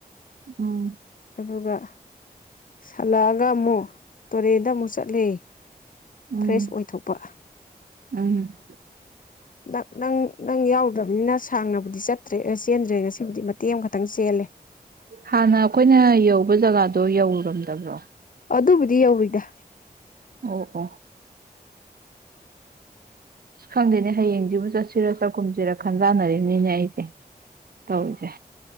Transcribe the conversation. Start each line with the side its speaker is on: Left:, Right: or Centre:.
Right: ꯎꯝ
Left: ꯑꯗꯨꯒ ꯁꯥꯜꯂꯛꯑꯒ ꯑꯃꯨꯛ ꯇꯨꯔꯦꯟꯗ ꯑꯃꯨꯛ ꯆꯠꯂꯦ
Right: ꯎꯝ
Left: ꯐ꯭ꯔꯦꯁ ꯑꯣꯏꯊꯣꯛꯄ
Right: ꯎꯝ
Left: ꯅꯪ ꯅꯪ ꯅꯪ ꯌꯥꯎꯗ꯭ꯔꯕꯅꯤꯅ ꯁꯥꯡꯅꯕꯨꯗꯤ ꯆꯠꯇ꯭ꯔꯦ ꯑꯁ ꯆꯦꯟꯗ꯭ꯔꯦ ꯉꯁꯤꯕꯨꯗꯤ ꯃꯇꯦꯛ ꯑꯃꯈꯛꯇꯪ ꯇꯂꯦ
Right: ꯍꯥꯟꯅ ꯑꯩꯈꯣꯏꯅ ꯌꯧꯕ ꯖꯒꯥꯗꯣ ꯌꯧꯔꯔꯝꯗꯕ꯭ꯔꯣ
Left: ꯑꯗꯨꯕꯨꯗꯤ ꯌꯧꯔꯤꯗ
Right: ꯑꯣ ꯑꯣ ꯁ ꯈꯪꯗꯦꯅꯦ ꯍꯌꯦꯡꯁꯤꯕꯨ ꯆꯠꯁꯤꯔ ꯆꯥꯛꯈꯨꯝꯁꯤꯔꯛ ꯈꯟꯖꯥꯟꯅꯔꯤꯕꯅꯤꯅꯦ ꯑꯩꯁꯦ ꯇꯧꯁꯦ